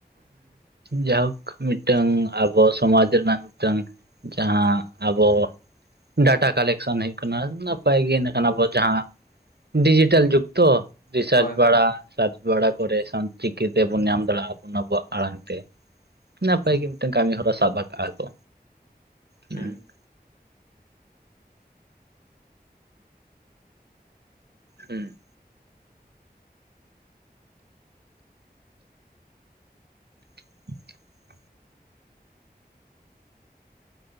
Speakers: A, on the right; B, on the left.
A: ᱡᱟᱭᱦᱳᱠ ᱢᱤᱫᱴᱟᱝ ᱟᱵᱚ ᱥᱚᱢᱟᱡᱽ ᱨᱮᱱᱟᱜ ᱢᱤᱫᱴᱟᱝ ᱡᱟᱦᱟ ᱟᱵᱚ ᱰᱟᱴᱟ ᱠᱟᱞᱮᱠᱥᱚᱱ ᱦᱳᱭᱳᱜ ᱠᱟᱱᱟ ᱱᱟᱯᱟᱭ ᱜᱮ ᱤᱱᱟᱹ ᱠᱷᱟᱱ ᱟᱵᱚ ᱡᱟᱦᱟ ᱰᱤᱡᱤᱴᱮᱞ ᱡᱩᱜᱽ ᱛᱚ ᱨᱤᱥᱟᱨᱪ
B: ᱦᱳᱭ ᱦᱳᱭ
A: ᱵᱟᱲᱟ ᱥᱟᱨᱪ ᱵᱟᱲᱟ ᱠᱚᱨᱮ ᱥᱟᱱ ᱪᱤᱠᱤᱛᱮᱵᱚᱱ ᱧᱟᱢ ᱫᱟᱲᱮᱭᱟᱜ-ᱟ ᱚᱱᱟ ᱟᱵᱚᱣᱟᱜ ᱟᱲᱟᱝ ᱛᱮ ᱱᱟᱯᱟᱭ ᱜᱮ ᱢᱤᱫᱴᱟᱝ ᱠᱟᱹᱢᱤ ᱦᱚᱨᱟ ᱥᱟᱵ ᱟᱠᱟᱜ-ᱟ ᱠᱚ ᱦᱩᱸ
B: ᱦᱮᱸ
A: ᱦᱮᱸ <unintelligible>